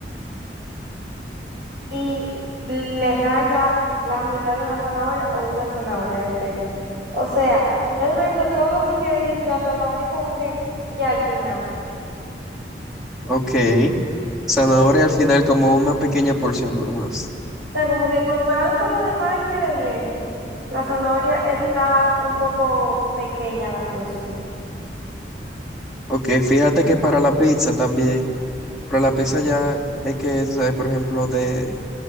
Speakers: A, on the right (about 70°); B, in the centre.
A: y le raya la mitad de una zanahoria o una zanahoria, depende. O sea, ya yo estoy viendo todos los ingredientes y la zanahoria como que ya al final.
B: ok. Zanahoria
A: ¿Entiendes?
B: al final como una pequeña porción nomás.
A: O sea, como que comparado con los demás ingredientes, la zanahoria está un poco pequeña la porción.
B: Ok, fíjate que para la pizza también. Pero la pizza ya es que, tú sabes, por ejemplo, de,